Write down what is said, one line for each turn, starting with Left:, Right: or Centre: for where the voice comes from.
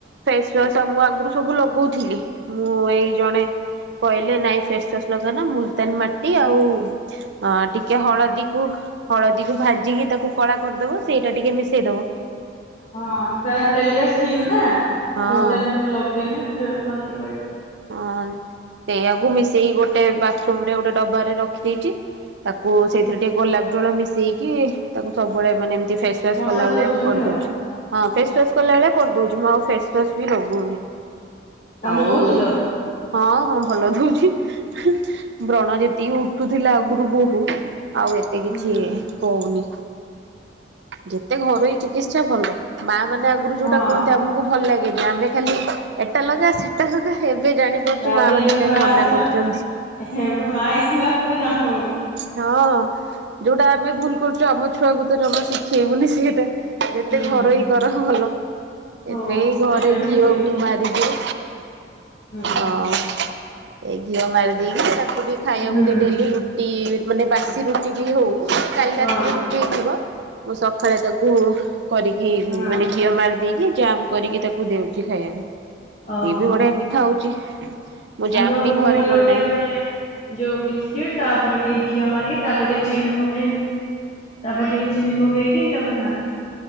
Right: ଫେସ୍ ୱାସ୍ ଆଉ ମୁଁ ଆଗୁରୁ ସବୁ ଲଗଉଥିଲି ମୁଁ ଏଇ ଜଣେ କହିଲେ ନାଇଁ ଫେସ୍ ଫେସ୍ ଲଗନା ମୁଲତାନୀ ମାଟି ଆଉ ଅ ଟିକେ ହଳଦୀ ଉଃ ହଳଦୀକୁ ଭାଜିକି ତାକୁ କଳା କରିଦବ ସେଇଟା ଟିକେ ମିଶେଇ ଦବ।
Left: ହଁ କେଳେ ତେଲିଆ ସ୍କିନ୍ ନା
Right: ହଁ
Left: ମୁଲତାନୀ ମିଣ୍ଟି ଲଗେଇନେ ପିଏ ମାନେ ରଇବ।
Right: ହଁ ସେଇୟାକୁ ମିଶେଇ ଗୋଟେ ବା ଛୁମ୍ ରେ ଗୋଟେ ଡବାରେ ରଖିଦେଇଚି ତାକୁ ସେଇଥିରେ ଟିକେ ଗୋଲାପ ଜଳ ମିଶେଇକି ତାକୁ ସବୁବେଳେ ମାନ ଏମତି ଫେସ୍ ୱାସ୍
Left: ମସାଜ
Right: କଲା ଭଳିଆ
Left: କରୁଛନ୍ତି
Right: ମୁଁ କରିଦଉଚି।
Left: ଆଉ
Right: ହଁ ଫେସ୍ ୱାସ୍ କଲା ଭଳିଆ କରିଦୋଉ ଚି ମୁଁ ଆଉ ଫେସ୍ ୱାସ୍ ବି ଲଗଉନି
Left: କାମ
Right: ଆଉ
Left: ଦଉଛି ତ
Right: ହଁ ହଁ ଭଲ ଦୋଉଚି ବ୍ରଣ ଯେ ତି ଉଠୁଥିଲା ଆଗରୁ ବୋହୁ ଆଉ ଏତେ କିଛି
Left: ହୁଁ
Right: ହଉନି। ଯେତେ ଘରୋଇ ଚିକିତ୍ସା ଭଲ ମାମାନେ ଆଗୁରୁ ଯୋଉଟା
Left: ହଁ।
Right: କୁହନ୍ତି ଆମୁକୁ ଭଲ ଲାଗେନି ଆମେ ଖାଲି ଏଟା ଲଗା ସେଟା ଲଗା ଏବେ ଜାଣି ପାରୁଚୁ
Left: ତାପରେ
Right: ମାମାନେ
Left: ଏବେ
Right: କାଇଁ
Left: ମା
Right: ମନା
Left: ହେଇସାରିଲା
Right: କରୁଚନ୍ତି।
Left: ଏବେ ମା ହେଇସାରିଲା ପରେ ଜଣା ପଡୁଛି।
Right: ହଁ ଯୋଉଟା ଆମେ ଭୁଲ୍ କରୁଚୁ ଆମ ଛୁଆକୁ ତ ଜମା ଶିଖେଇବୁନି ସେଇଟା। ଯେତେ
Left: ହୁଁ।
Right: ଘର ହି କର ଭଲ
Left: ହଁ
Right: ଏତେ ଘରେ
Left: ସେଇଟା ବି
Right: ଘିଅ
Left: ଠିକ୍
Right: ମୁ ମାର ବିଦୁ
Left: ହୁଁ।
Right: ହଁ। ଏ ଘିଅ ମାରି ଦେଇକି ତାକୁ ବି ଖାଇବାକୁ
Left: ହୁଁ।
Right: ଦେଇ ଦେଲି ରୁଟି ମାନେ ବାସି ରୁଟିବି ହଉ କାଲି
Left: ହଁ
Right: ରାତି ଥିବ ମୁଁ ସକାଳେ ତାକୁ କରିକି
Left: ହଁ
Right: ମାନେ ଘିଅ ମାରି ଦେଇକି ଜାମ୍ କରିକି ତାକୁ ଦେଉଛି ଖାଇବାକୁ
Left: ଓହୋ
Right: ସିଏ ବି ବଢିଆ କି ଖାଉଛି। ମୁଁ ଜାମ୍
Left: ଆମର
Right: ବି
Left: ମୋ
Right: ଘରେ
Left: ଭଉଣୀ
Right: ବନାଏ।
Left: ଗୋଟେ ମାନେ ଯୋଉ ବିସ୍କିଟ ତାପରେ ଟିକେ ଘିଅ ମାରି ତାପରେ ଟିକେ ଚିନି ପକ ତାପରେ ଟିକେ ଚିନି ପକେଇକି ତାପରେ ଖାଆନ୍ତି।